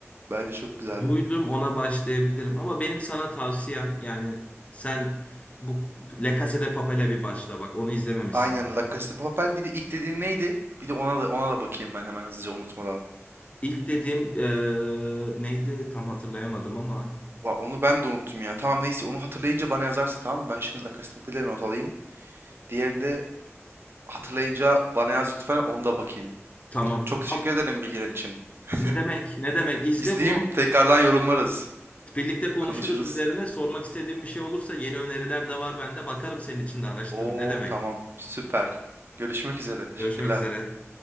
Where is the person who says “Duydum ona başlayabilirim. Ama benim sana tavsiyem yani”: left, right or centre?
Left